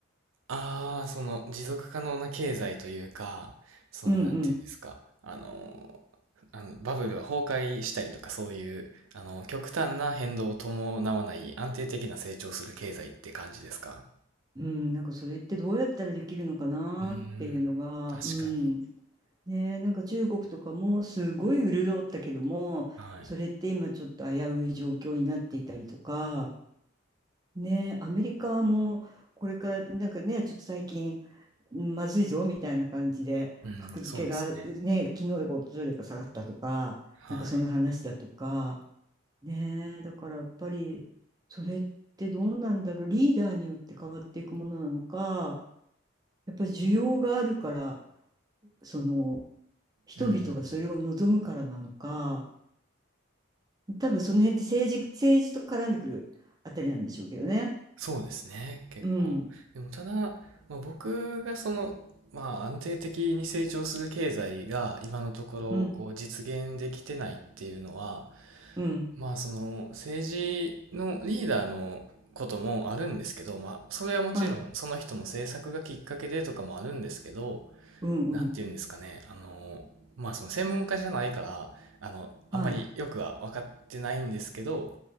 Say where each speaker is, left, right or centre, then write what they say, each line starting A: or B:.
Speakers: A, on the right; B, on the right.
A: ああ、その持続可能な経済というか、その、
B: うんうん。
A: なんていうんですか、あの、あのバブルが崩壊したりとか、そういう、あの、極端な変動を伴わない安定的な成長する経済って感じですか
B: うん、なんかそれってどうやったらできるのかなっていうのが、
A: うーん、確かに。
B: うん。ね、なんか中国とかもすごい潤ったけども、
A: はい。
B: それって今ちょっと危うい状況になっていたりとか、ね、アメリカもこれからなんかね、ちょっと最近まずいぞみたいな感じで、
A: うん、
B: 格付けがね、
A: うん、そうですね。
B: 昨日だか一昨日か下がったとか、
A: はい。
B: なんかその話だとか、ね、だからやっぱりそれってどうなんだろう、リーダーによって変わっていくものなのか、やっぱり需要があるから、その人々がそれを望むからなのか、
A: うん
B: 多分その辺って政治、政治と絡んでくるあたりなんでしょうけどね。
A: そうですね、結構。
B: うん、
A: でもただ、まあ、僕がその、まあ安定的に成長する経済が今のところこう実現できてないっていうのは、
B: うん、うん。
A: まあその政治のリーダーのこともあるんですけど、まあそれはもちろんその人の政策がきっかけでとかもあるんですけど、
B: はい。うんうん。
A: なんて言うんですかね、あの、まあその専門家じゃないから、あの、
B: はい。
A: あんまりよくは分かってないんですけど、